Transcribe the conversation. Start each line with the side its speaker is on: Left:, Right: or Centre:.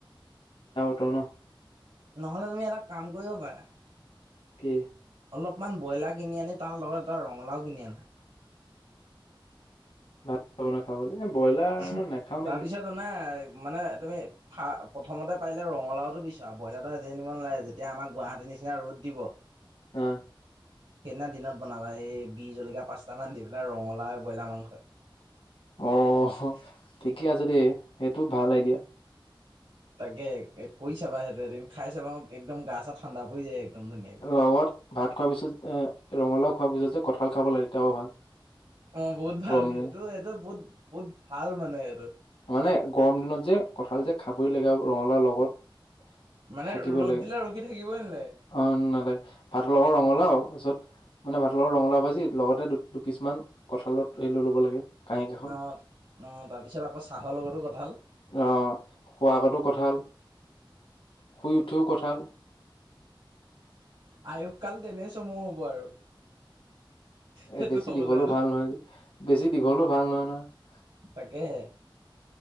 Left: <unintelligible>
Right: নহ'লে তুমি এটা কাম কৰিব পাৰা
Left: কি?
Right: অলপমান ব্ৰইলাৰ কিনি আনি তাৰ লগত এটা ৰঙালাও কিনি আনা।
Left: ভাত বনাই খাবলৈ এ ব্ৰইলাৰ
Right: <unintelligible>
Left: নাখাও নেকি?
Right: তাৰপিছত অনা মানে তুমি ফা প্ৰথমতে পাৰিলে ৰঙালাওটো বিচাৰা ব্ৰইলাৰটা আজি আনিব নালাগে যেতিয়া আমাৰ গুৱাহাটী নিচিনা ৰ'দ দিব
Left: আহ
Right: সেইদিনা দিনত বনাবা এই বি জলকীয়া পাঁচটামান দি পেলাই ৰঙালা ব্ৰইলাৰ মাংসই।
Left: অ ঠিকেই আছে দেই সেইটো ভাল আইডিয়া।
Right: তাকে কৈ চাবা সেইটো এদিন খাই চাবা একদম গা চা ঠাণ্ডা পৰি যায়। একদম ধুনীয়াকে।
Left: লগত ভাত খোৱাৰ পিছত এ ৰঙালাও খোৱাৰ পিছত যে কঁঠাল খাব লাগে তেতিয়া আও ভাল। <unintelligible>
Right: অ বহুত ভাল
Left: গৰম
Right: সেইটো
Left: দিনত
Right: এইটো বহুত বহুত ভাল মানে এইটো
Left: মানে গৰম দিনত যে কঁঠাল যে খাবৰি লগা ৰঙালাও লগত। <unintelligible>
Right: মানে
Left: থাকিব
Right: ৰ'দ
Left: লাগে
Right: দিলে ৰখি থাকিবই নালাগে।
Left: অ নালাগে ভাতৰ লগত ৰঙালাও। তাৰপিছত মানে ভাত লগৰ ৰঙালাও ভাজি লগতে দুপিচ মান কঁঠালৰ সেই লৈ ল'ব লাগে। কাঁহী কাষত
Right: অঁ অ তাৰপিছত আকৌ চাহৰ লগতো কঁঠাল।
Left: আহ শুবা আগতো কঁঠাল। শুই উঠিও কঁঠাল।
Right: আয়ুসকাল তেনে চমু হব আৰু। সেইটো
Left: এ বেছি
Right: হ'বলৈ
Left: দীঘলেও
Right: হ'লে
Left: ভাল নহয় যে বেছি দীঘলোও ভাল নহয় নহয়। <unintelligible>
Right: তাকে হে।